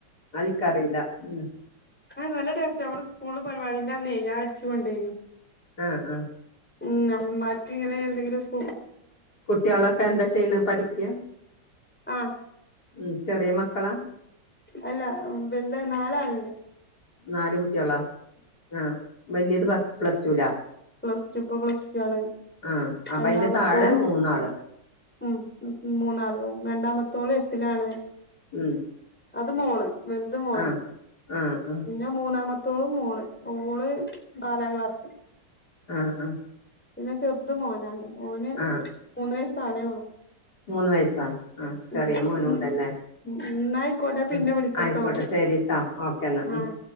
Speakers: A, on the left; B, in the centre.
A: അതിൻക്കറിയില്ല ഉം
B: ആ നല്ല ടേസ്റ്റ നമ്മടെ സ്കൂളില് പരിപാടിന്റന്ന് ഞാൻ അടിച്ചു കൊണ്ടേന്
A: ആ ആ
B: ഉം അമ്മമാർക്കിങ്ങനെ എന്തെങ്കിലുസ്
A: കുട്ട്യോളൊക്കെ എന്താ ചെയ്യ്ണ് പഠിക്ക
B: ആഹ്
A: ഉ ചെറിയ മക്കളാ
B: അല്ല വല്താ നാലാള്ണ്ട്
A: നാല് കുട്ടേളാ ആ വല്ല്യത് പസ് പ്ലസ്റ്റുലാ
B: പ്ലസ്ടു പ്പൊ പ്ലസ് ടു ആണ്
A: ആഹ് അപ്പൊ
B: രണ്ടാമത്തോളും
A: അയിന്റെ താഴെ മൂന്നാള്
B: ഉം മൂന്നാളും രണ്ടാമ ത്തോള് എട്ടിലാണ്
A: ഉം
B: ത് മോള് വലുത് മോന്
A: ആഹ് ആഹ് ആഹ്
B: പിന്നെ മൂന്നാമ ത്തോള് മോള് ഓള് നാലാംക്ലാസ്
A: ആആ
B: പിന്നെ ചെറുത് മോനാണ് ഓന്
A: ആഹ്
B: മൂന്ന് വയസ്സാവ്ണേയുള്ളു
A: മൂന്ന് വയസ്സാ ആ ചെറിയ
B: ഉം
A: മോനുണ്ടല്ലേ?
B: ന്നായിക്കോട്ടെ പിന്നെ
A: ഉം
B: വിളിക്കട്ടോ
A: ആയിക്കോട്ടെ ശരിട്ടാ ഓക്കേന്നാ
B: ആഹ്
A: ഉം-